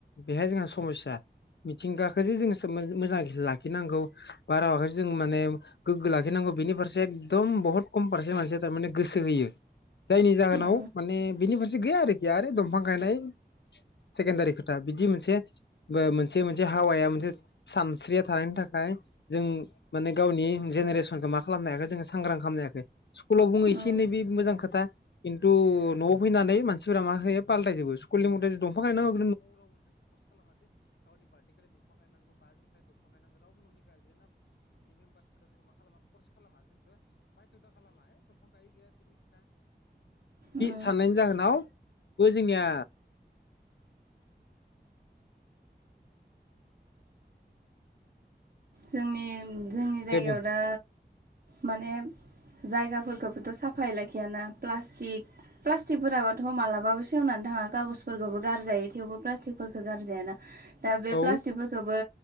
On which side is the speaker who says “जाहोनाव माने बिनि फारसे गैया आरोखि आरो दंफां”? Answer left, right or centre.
Left